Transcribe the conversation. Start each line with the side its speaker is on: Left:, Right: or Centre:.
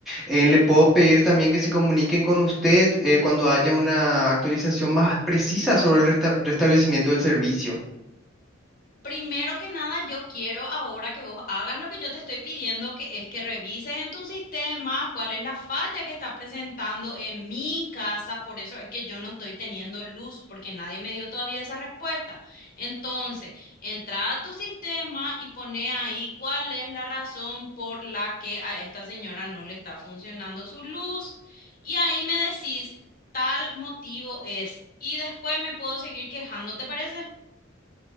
Centre: Eh, le puedo pedir también que se comuniquen con usted eh, cuando haya una actualización más precisa sobre el resta- restablecimiento del servicio.
Left: Primero que nada, yo quiero ahora que vos hagas lo que yo te estoy pidiendo, que es que revises en tu sistema cuál es la falla que está presentando en mi casa. Por eso es que yo no estoy teniendo luz, porque nadie me dio todavía esa respuesta. Entonces, entra a tu sistema y pone ahí cuál es la razón por la que a esta señora no le está funcionando su luz. Y ahí me decís, tal motivo es. Y después me puedo seguir quejando, ¿te parece?